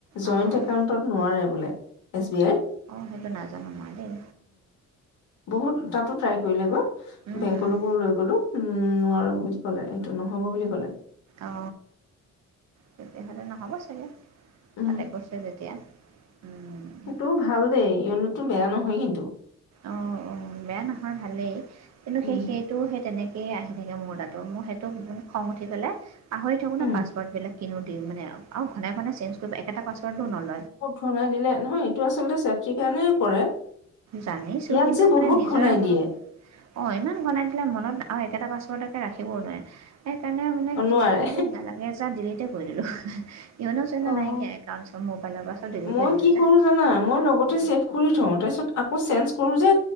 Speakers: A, on the left; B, on the right.
A: জইণ্ট
B: অঁ
A: একাউণ্টত নোৱাৰে বোলে এছ বি আই
B: অ সেইটো নাজানো মই দেই
A: বহুত তাতো ট্ৰাই কৰিলেগৈ
B: উম,
A: বেংকলৈকো
B: উম, উম।
A: লৈ গ'লো উম নোৱাৰো বুলি ক'লে এইটো নহ'ব বুলি ক'লে
B: অ তেতিয়াহ'লে নহ'ব চাগে
A: উম
B: তাতে কৈছো যেতিয়া উম,
A: সেইটো ভাল দেই ইলতো বেয়া নহয় কিন্তু
B: অ অ বেয়া নহয় ভালেই কিন্তু
A: উম
B: সেই সেইটো সেই তেনে এই আহি থাকে মোৰ তাতো মোৰ সেইটো খং উঠি পেলাই পাহৰি থাকো
A: উম
B: ন পাছপৰ্টবিলাক কিনো দিম মানে আৰু ঘনে ঘনে চেঞ্জ কৰিব একটা পাছৱৰ্ডো নল
A: বত ঘনাই দিলে নহয় এইটো আচলতে চেফটিৰ কাৰণে কৰে
B: জানিছো
A: ইয়াত
B: কিন্তু
A: যে
B: মানে
A: বহুত
B: নিজৰে
A: ঘনাই
B: মনত
A: দিয়ে
B: অ ইমান বনাই দিলে মনত আৰু একেটা পাছৱৰ্ডকে ৰাখিবও নোৱাৰে সেইকাৰণে মানে
A: অ নোৱাৰে
B: কি কৰিলো নালাগে যা ডিলিটে কৰি দিলো য়োনো চিওনো
A: অ',
B: নাইকিয়া একাউণ্টছৰ মোবাইলৰ পাছৱৰ্ড ডিলিট
A: মই
B: কৰি
A: কি
B: দিলো যা
A: কৰো জানা মই লগতে চে কৰি থও তাৰপিছত আকৌ চেনজ কৰো যে